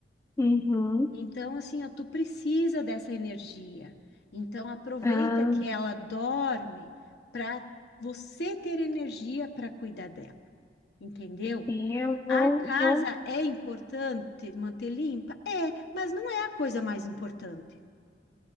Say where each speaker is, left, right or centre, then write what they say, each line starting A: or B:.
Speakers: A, on the left (about 15°); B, on the left (about 60°).
A: Uhum.
B: Então, assim, ó, tu precisa dessa energia. Então, aproveita
A: Ah,
B: que ela dorme para você ter energia para cuidar dela, entendeu?
A: sim, eu vou,
B: A casa
A: vou,
B: é importante manter limpa? É, mas não é a coisa mais importante.